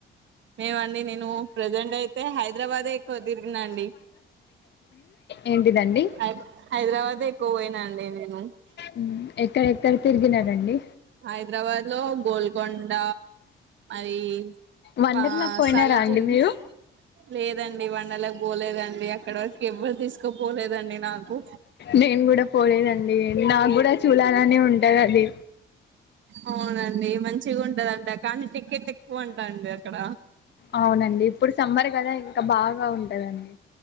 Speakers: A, on the right; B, on the left.
A: మేమండి నేను ప్రజెంట్ అయితే హైదరాబాదే ఎక్కువ తిరిగిన అండి
B: ఏంటిదండి
A: హై హైదరాబాదే ఎక్కువ పోయినా అండి నేను
B: ఉమ్ ఎక్కడేక్కడ తిరిగినారండి
A: హైదరాబాద్ లో గోల్కొండ ఐ
B: వండర్లా
A: ఆ
B: పోయినారా
A: సార్జంగ్
B: అండి మీరు
A: లేదండి వండలకు పోలేదండి అక్కడ వరకు ఎవ్వరు తీసుకోపోలేదండి నాకు
B: నేను కూడా పోలేదండి నాకు కూడా చూడాలని ఉంటాదది
A: అవునండి మంచిగా ఉంటదంట కానీ టికెట్ ఎక్కువంటా అండి అక్కడ
B: అవునండి ఇప్పుడు సమ్మర్ కదా ఇంకా బాగా ఉంటదండి